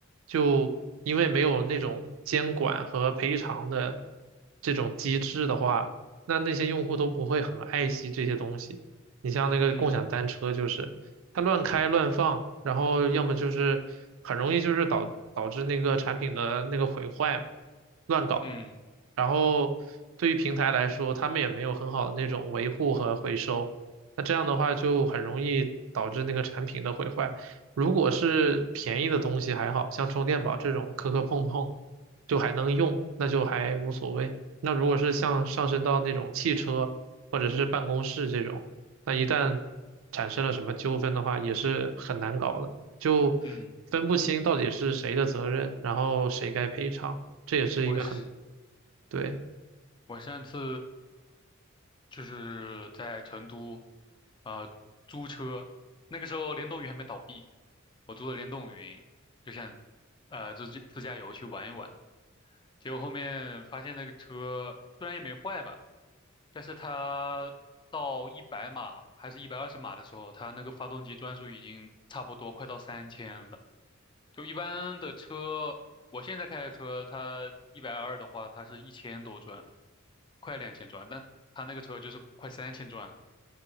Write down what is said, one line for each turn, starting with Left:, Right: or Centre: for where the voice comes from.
Right: 就因为没有那种监管和赔偿的这种机制的话，那那些用户都不会很爱惜这些东西。你像那个共享单车，
Left: 嗯
Right: 就是它乱开乱放，然后要么就是很容易就是导导致那个产品的那个毁坏，乱搞。
Left: 嗯
Right: 然后对于平台来说，他们也没有很好的那种维护和回收，那这样的话就很容易导致那个产品的毁坏。如果是便宜的东西还好，像充电宝这种磕磕碰碰，就还能用，那就还无所谓。那如果是像上升到那种汽车或者是办公室这种，那一旦产生了什么纠纷的话，也是很难搞的，就分不清到底是谁的责任，
Left: 嗯。
Right: 然后谁该赔偿，这也是一个很，
Left: 我是
Right: 对。
Left: 我上次就是在成都，啊呃租车，那个时候联动云还没倒闭，我租的联动云，就想呃自己自驾游去玩一玩。结果后面发现那个车虽然也没坏吧，但是它到一百码还是一百二十码的时候，它那个发动机转速已经差不多快到三千了。就一般的车，我现在开的车，它一百二的话，它是一千多转，快两千转，但它那个车就是快三千转了。